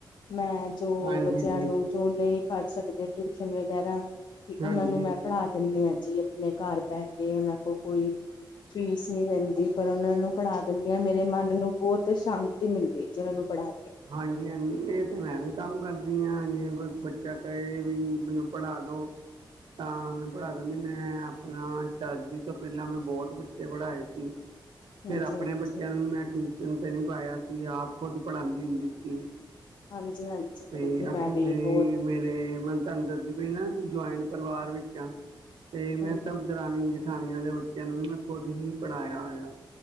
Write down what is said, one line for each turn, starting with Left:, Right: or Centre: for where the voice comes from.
Left: ਮੈਂ ਜੋ
Right: ਹਾਂਜੀ
Left: ਬੱਚਿਆਂ
Right: ਜੀ
Left: ਨੂੰ ਜੋ ਨਹੀਂ ਪੜ੍ਹ ਸਕਦੇ ਟਿਊਸ਼ਨ ਵਗੈਰਾ ਕਿ ਉਹਨਾਂ
Right: ਹਾਂਜੀ
Left: ਨੂੰ ਮੈਂ ਪੜ੍ਹਾ ਦਿੰਦੀ ਹਾਂ ਜੀ ਆਪਣੇ ਘਰ ਬਹਿ ਕੇ ਉਹਨਾਂ ਕੋਲ ਕੋਈ ਫੀਸ ਨਹੀਂ ਲੈਂਦੀ ਪਰ ਉਹਨਾਂ ਨੂੰ ਪੜ੍ਹਾ ਦਿੰਦੀ ਹਾਂ ਮੇਰੇ ਮਨ ਨੂੰ ਬਹੁਤ ਸ਼ਾਂਤੀ ਮਿਲਦੀ ਹੈ ਜਿਵੇਂ ਉਹਨਾਂ ਨੂੰ ਪੜ੍ਹਾ ਕੇ।
Right: ਹਾਂਜੀ ਹਾਂਜੀ ਇਹ ਤੇ ਮੈਂ ਵੀ ਕੰਮ ਕਰਦੀ ਆ ਜਿਵੇਂ ਕੋਈ ਬੱਚਾ ਕਹੇ ਵੀ ਮੈਨੂੰ ਪੜ੍ਹਾ ਦੋ। ਤਾਂ ਮੈਂ ਪੜ੍ਹਾ ਦਿੰਦੀ ਮੈਂ ਆਪਣਾ ਸ਼ਾਦੀ ਤੋਂ ਪਹਿਲਾਂ ਮੈਂ ਬਹੁਤ ਬੱਚੇ ਪੜ੍ਹਾਏ ਸੀ। <inaudible> ਫੇਰ
Left: ਹਾਂਜੀ
Right: ਆਪਣੇ
Left: ਹਾਂਜੀ
Right: ਬੱਚਿਆਂ ਨੂੰ ਵੀ ਮੈਂ ਟਿਊਸ਼ਨ ਤੇ ਨਹੀਂ ਪਾਇਆ ਸੀ ਆਪ ਖੁਦ ਪੜਾਂਦੀ ਹੁੰਦੀ ਸੀ।
Left: ਹਾਂਜੀ ਹਾਂਜੀ
Right: ਅਤੇ
Left: ਹਾਂਜੀ
Right: ਅੱਗੋਂ
Left: ਮੈਂ ਵੀ
Right: ਮੇਰੀ
Left: ਬਹੁਤ
Right: ਮੇਰੇ ਮੈ ਤਹਾਨੂੰ ਦੱਸ ਪਈ ਨਾ ਜੁਆਇੰਟ ਪਰਿਵਾਰ ਵਿੱਚ ਆ ਤੇ ਮੈਂ
Left: ਹਾਂਜੀ
Right: ਦਰਾਨੀ ਜਠਾਨੀਆਂ ਦੇ ਬੱਚਿਆਂ ਨੂੰ ਵੀ ਮੈਂ ਖੁਦ ਹੀ ਪੜ੍ਹਾਇਆ ਹੋਇਆ।